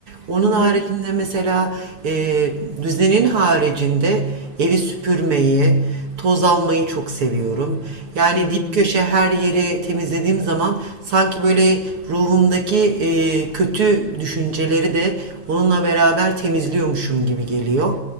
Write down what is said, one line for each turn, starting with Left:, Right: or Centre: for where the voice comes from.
Right: Onun
Left: Hı
Right: haricinde
Left: hı.
Right: mesela e, düzenin haricinde evi süpürmeyi, Toz almayı çok seviyorum. Yani
Left: Hı.
Right: dip köşe her yeri temizlediğim zaman sanki böyle ruhumdaki e, kötü düşünceleri de onunla beraber temizliyormuşum gibi geliyor.